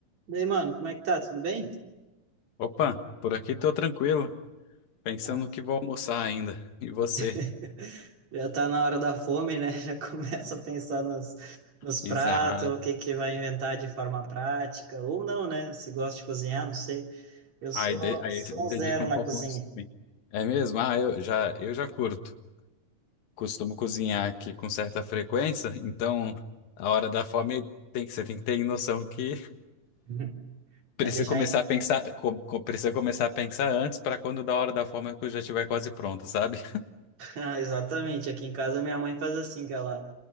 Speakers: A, on the right; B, on the left.
A: E aí, mano, como é que tá? Tudo bem?
B: Opa, por aqui tô tranquilo, pensando
A: Ah,
B: que vou almoçar ainda. E você?
A: <laughs> já tá na hora da fome, né? <laughs> Já começa a pensar nos, nos
B: Exato.
A: pratos, o que que vai inventar de forma prática, ou não, né? Se gosta de cozinhar, não sei. Eu sou,
B: aí, de- aí
A: sou
B: se dedica
A: um zero
B: um
A: na
B: pouco
A: cozinha.
B: mais. pra mim. É mesmo? Ah, eu já, eu já curto. Costumo cozinhar aqui com certa frequência, então a hora da fome tem que, você tem que ter noção que
A: <laughs>
B: <laughs> precisa
A: Pra deixar
B: começar
A: em...
B: a pensar, co- co- precisa começar a pensar antes para quando da hora da fome a coisa já estiver quase pronta, sabe?
A: <laughs> Ah, exatamente, aqui em casa minha mãe faz assim, que ela